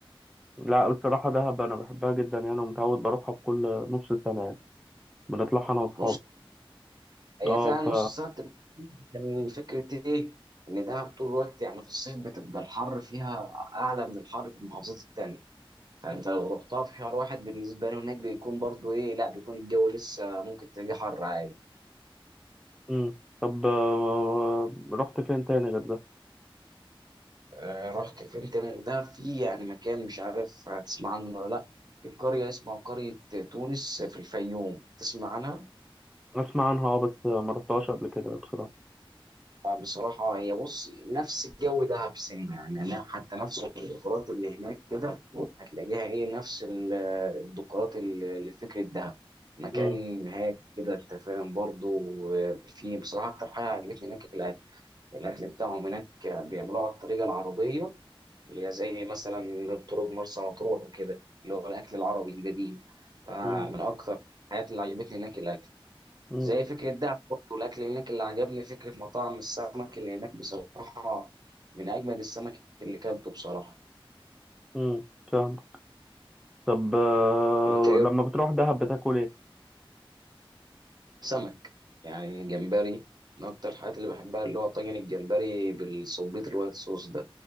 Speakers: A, in the centre; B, on the right.
A: لا بصراحة دهب أنا بحبها جدا يعني ومتعود بروحها بكل نص سنة يعني بنطلعها أنا وأصحابي
B: نص هي
A: أه
B: فعلا
A: ف
B: نص الساعة بتبقى كان فكرة إيه إن دهب طول الوقت يعني في الصيف بتبقى الحر فيها أعلى من الحر في المحافظات التانية فانت لو رحتها في شهر واحد بالنسبه له هناك بيكون برضو ايه لا بيكون الجو لسه ممكن تلاقيه حر عادي
A: مم. طب آه، رحت فين تاني غير ده؟
B: آه، رحت فين تاني ده في يعني مكان مش عارف هتسمع عنه ولا لا في قريه اسمها قريه تونس في الفيوم تسمع عنها
A: أسمع عنها أه بس ما رحتهاش قبل كده بصراحة
B: بصراحه هي بص نفس الجو دهب سنه يعني أنا حتى نفس الديكورات اللي هناك كده هتلاقيها ايه نفس ال- الديكورات اللي اللي في فكره دهب مكان
A: مم.
B: هادي كده انت فاهم برضه آه، في بصراحه اكتر حاجه عجبتني هناك الاكل بتاعهم هناك بيعملوه على الطريقه العربيه اللي هي زي مثلا طرق مرسى مطروح وكده اللي هو الاكل العربي القديم فمن
A: مم.
B: اكتر الحاجات اللي عجبتني هناك الاكل
A: مم.
B: زي فكره ده برضه الاكل هناك اللي عجبني فكره مطاعم السمك اللي هناك بصراحه من اجمد السمك اللي كلته بصراحه
A: مم. فاهم طب آه،
B: انت ايه رأيك؟
A: لما بتروح دهب بتاكل إيه؟
B: سمك يعني جمبري من اكتر الحاجات اللي بحبها اللي هو طاجن الجمبري بالصبيط الوايت صوص ده